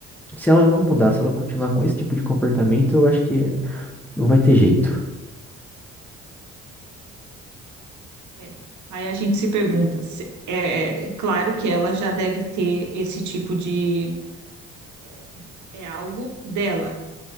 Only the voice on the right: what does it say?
É. Aí a gente se pergunta, se- é, é claro que ela já deve ter esse tipo de, é é algo dela.